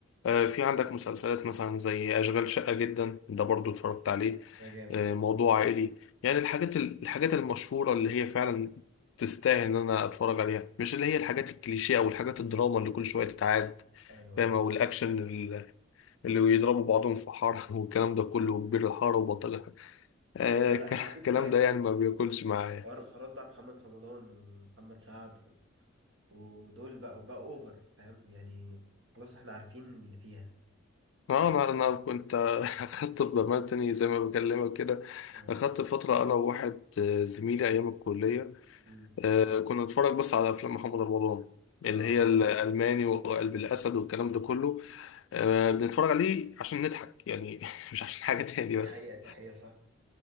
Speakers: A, on the left (about 65°); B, on the right (about 65°).
A: آه، في عندك مسلسلات مثلا زي أشغال شقة جدا ده برضو اتفرجت عليه
B: ده جامد
A: آه،
B: برضه
A: موضوع عائلي يعني الحاجات الحاجات المشهورة اللي هي فعلا تستاهل إن أنا أتفرج عليها مش اللي هي الحاجات الكليشيه أو الحاجات الدراما اللي كل شوية تتعاد
B: أيوه
A: فاهم
B: أيوه
A: أو الأكشن ال- اللي بيضربوا بعضهم في حارة <laughs> والكلام ده كله وكبير الحارة وبلطجة الحارة. آه،
B: أيوه لأ
A: ك-
B: لأ الحاجات
A: الكلام
B: دي بقت
A: ده يعني ما بياكلش معايا
B: حوار- حوارات بقى محمد رمضان ومحمد سعد و- ودول بقوا بقوا أوفر فاهم يعني خلاص إحنا عارفين اللي فيها
A: اه انا انا كنت <laughs> اخدت في بمال تاني زي ما بكلمك كده
B: اه
A: اخدت فتره انا وواحد آه، زميلي ايام الكليه
B: مم.
A: آه، كنا نتفرج بس على افلام محمد رمضان
B: اه
A: اللي هي الالماني وقلب الاسد والكلام ده كله آه، بنتفرج عليه عشان نضحك يعني <laughs> مش عشان حاجه تاني بس
B: دي حقيقة دي حقيقة صح